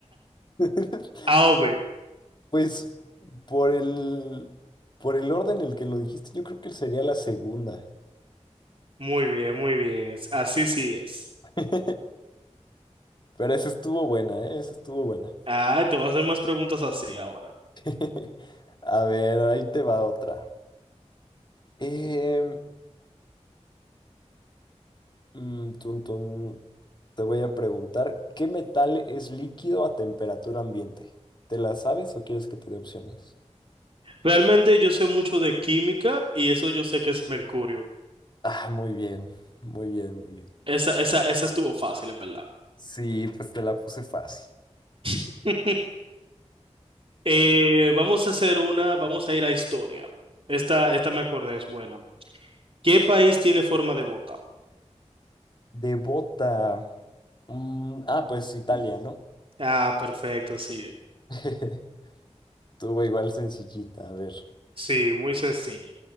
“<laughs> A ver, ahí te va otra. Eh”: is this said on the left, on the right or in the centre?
Left